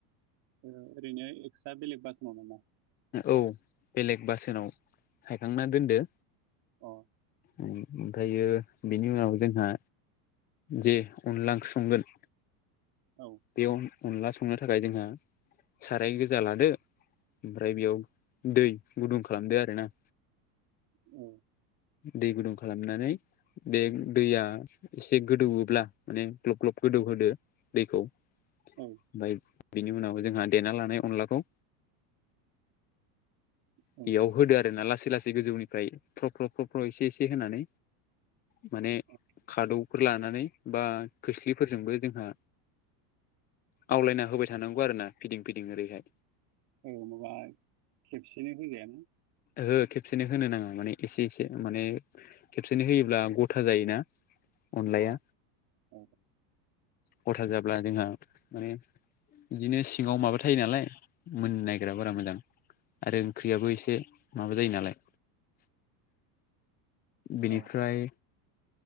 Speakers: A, on the right (about 55°); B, on the left (about 20°).
A: ओरैनो एक्सट्रा बेलेग बास माव नामा
B: औ बेलेग बासोनाव हायखांना दोनदो
A: औ
B: ओमफ्रायो बेनि उनाव जोंहा जे अनला संगोन
A: औ
B: बे अनला संनो थाखाय जोंहा साराय गोजा लादो ओमफ्राय बेयाव दै गुदुं खालामदो आर ना
A: औ
B: दै गुदुं खालामनानै बे दैया एसे गोदौब्ला माने ग्लब ग्लब गोदौ गोदौ होदो दैखौ। ओमफ्राय
A: औ
B: बिनि उनाव जोंहा देना लानाय अनलाखौ
A: औ
B: बेयाव होदो आर ना लासै लासै गोजौनिफ्राय फ्रब फ्रब फ्रब एसे एसे होनानै माने
A: औ
B: खादौफोर लानानै बा खोस्लिफोरजोंबो जोंहा आवलायना होबाय थानांगौ आरो ना फिदिं फिदिं ओरैहाय।
A: औ माबा खेबसेनो होजायाना।
B: हो खेबसेनो होनो नाङा माने एसे एसे माने खेबसेनो होयोब्ला गथा जायोना। अनलाया
A: अ औ
B: गथा जाब्ला जोंहा माने बिदिनो सिङाव माबा थायो नालाय मोन नायग्रा बारा मोजां। आरो ओंख्रियाबो एसे माबा जायो नालाय। बेनिफ्राय
A: औ